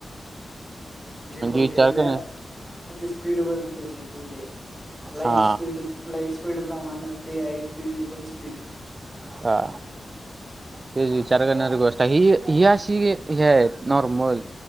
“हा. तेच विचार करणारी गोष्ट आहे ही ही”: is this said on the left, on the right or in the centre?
Right